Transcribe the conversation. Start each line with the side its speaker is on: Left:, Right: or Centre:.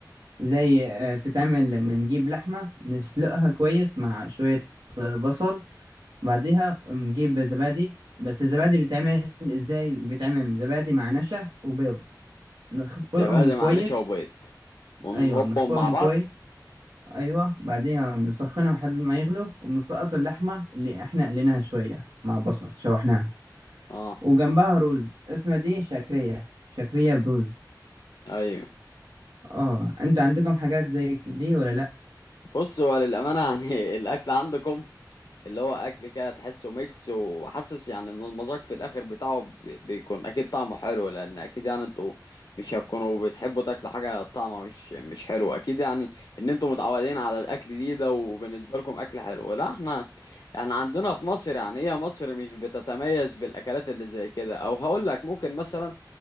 Right: زي آه، بتتعمل بنجيب لحمة نسلقها كويس مع شوية آه، بصل بعديها بنجيب زبادي بس الزبادي بيتعمل ازاي بيتعمل زبادي مع نشا وبيض نخفقهم
Left: زبادي
Right: كويس
Left: مع نشا وبيض ونربهم
Right: ايوه بنخفقهم
Left: مع بعض
Right: كويس ايوه بعدين بنسخنه لحد ما يغلو وبنسقط اللحمه اللي احنا قليناها شويه مع بصل شوحناها
Left: آه
Right: وجنبها رز اسمها دي شكريه شكريه بروز
Left: أيوه
Right: اه انتوا عندكم حاجات زي دي ولا لا
Left: بصوا هو للأمانة يعني <laughs> الأكل عندكم اللي هو اكل كده تحسه ميكس وحاسس يعني ان المذاق في الاخر بتاعه بي- بيكون اكيد طعمه حلو لان اكيد يعني انتوا مش هتكونوا بتحبوا تاكلوا حاجه طعمها مش مش حلو اكيد يعني ان انتوا متعودين على الاكل دي ده وبالنسبه لكم اكل حلو لا احنا احنا عندنا في مصر يعني هي مصر مش بتتميز بالاكلات اللي زي كده او هقول لك ممكن مثلا